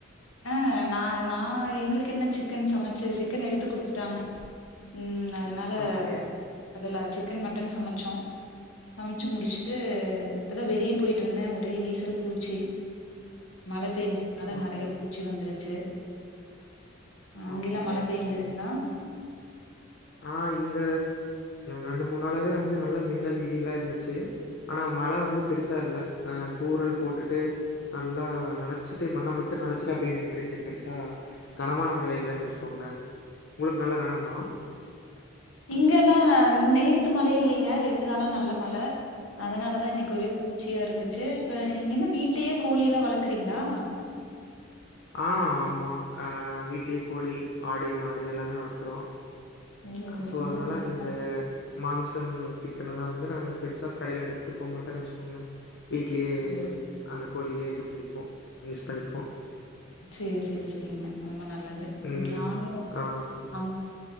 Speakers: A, on the left; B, on the left.
A: அ நா நா எங்களுக்கு என்ன சிக்கன் சமைச்சு சிக்கன் எடுத்து குடுத்துட்டாங்க ம் அதனால
B: ஓகே,
A: அதுல சிக்கன் மட்டன் சமச்சோம் சமச்சு முடிச்சிட்டு இப்போ தா வெளிய போய்ட்டு வந்தே ஒரே ஈசல் பூச்சி மழ பெஞ்சு அதா
B: ஓகே,
A: நெறயா பூச்சி வந்துருச்சு அங்கெல்லா
B: ஓகே,
A: மழ பேஞ்சதுங்களா
B: ஓகே. ஆ இங்க ரெண்டு மூணு நாளாவே வந்து நல்லா மின்னல் இடி எல்லாம் இருந்துச்சு ஆனா மழை வந்து பெருசா இல்ல அ தூறல் போட்டுட்டு நல்லா நனச்சு ட்டு மண்ணை மட்டும் நனச்சுட்டு அப்டியே நின்றுச்சு பெருசா கனமான மழை இல்லன்னு வச்சுக்கோங்களேன் உங்களுக்கு நல்ல கனமா
A: இங்கெல்லா நேத்து மழ இல்லங்க ரெண்டு நாளா நல்ல மழ அதனால தா இன்னிக்கி ஒரே பூச்சியா இருந்துச்சு இப்ப நீங்க என்ன வீட்லயே கோழியிலா வளக்குறீங்களா
B: ஆ ஆமா ஆ வீட்லயே கோழி ஆடு மாடு எல்லாமே வளர்த்துறோம்
A: ம் ம்
B: சோ அதனால அந்த
A: ரொம்ப
B: மாம்சம் சிக்கன் எல்லாம் வந்து நாங்க பெருசா கடையில எடுத்துக்க மாட்டோம்ன்னு வச்சுக்கோங்களேன் வீட்லயே
A: ம்
B: அந்த கோழியே இது பண்ணிக்குவோம் யூஸ் பண்ணிக்குவோம்
A: சேரி சேரி செரிங்க ரொம்ப நல்லது
B: ம்.
A: நாங்களும்
B: ஆமா.
A: அ